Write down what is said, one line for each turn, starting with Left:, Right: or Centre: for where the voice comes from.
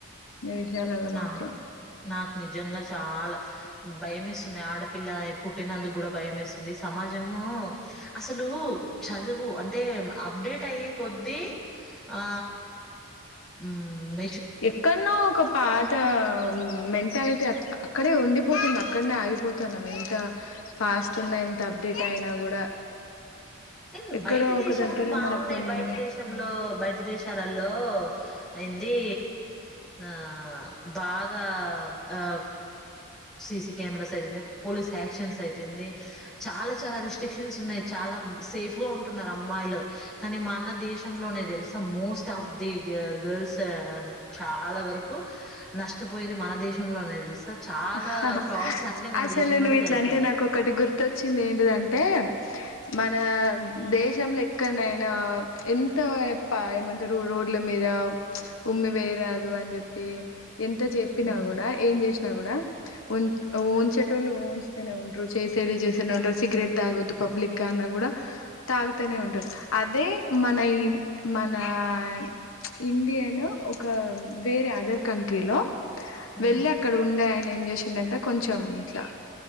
Left: ఈ విశయాలల్లో
Centre: నాకు
Left: మాత్రం
Centre: నాకు నిజంగా చాలా భయం ఏస్తుంది. ఆడపిల్ల పుట్టినందుకు కూడా భయవేస్తుంది. సమాజము అసలు చదువు అంటే అప్డేట్ అయ్యే కొద్ది ఆ మ్
Left: ఎక్కడ్నో ఒక పా త మెంటాలిటీ అట్ల అక్కడే ఉండిపోతుంది. అక్కడనే ఆగిపోతాను మ ఎంత ఫాస్ట్ ఉన్న ఎంత అప్డేట్ అయినా కూడా
Centre: అయి
Left: ఎక్కడో
Centre: బయటి దేశాలు
Left: ఒక దగ్గర
Centre: బాగున్నాయి
Left: మనకు కొన్ని
Centre: బయటి దేశంలో బయటి దేశాలలో అయింది ఆ బాగా ఆ సిసి కెమెరాస్ అయితేంది, పోలీస్ యాక్షన్స్ అయితేంది చాలా చాలా రిస్ట్రిక్షన్స్ ఉన్నాయి. చాలా లం సేఫగా ఉంటున్నారు అమ్మాయిలు కానీ మన దేశం లోనే తెలుసా మోస్ట్ ఆఫ్ ది గా గల్స్ ఆ చాలా వరకు నష్టపోయేది మన దేశంలో తెలుసా చాలా
Left: అహ్హ్
Centre: ఫ్రాడ్స్ అన్ని మన
Left: అసలు
Centre: దేశంలోనే
Left: నువ్వు ఇట్లంటే
Centre: జరుగుతున్నాయి
Left: నాకు ఒకటి గుర్తొచ్చింది ఏంటదంటే మన దేశంలో ఎక్కనయినా ఎంత ప ఏమంటారు రోడ్ల మీద నామ్ ప్చ్ ఉమ్మి వేయరాదు అని చెప్పి ఎంత చెప్పినా
Centre: ఉమ్
Left: కూడా, ఏం చేసినా కూడా ఉన్ ఉంచేటోళ్ళు ఉంచునే ఉండ్రరు. చేసేడి చేస్తనే ఉంటారు సిగరెట్ తాగొద్దు పబ్లిక్ గా కూడా తాగుతూనే ఉంటరు అదే మన ఈ మన ప్చ్ ఇండియాను ఒక వేరే అదర్ కంట్రీలో
Centre: ఉమ్
Left: వెళ్ళి అక్కడ ఉండే ఆయన ఏం చేసిండంటే కొంచెం ఇట్లా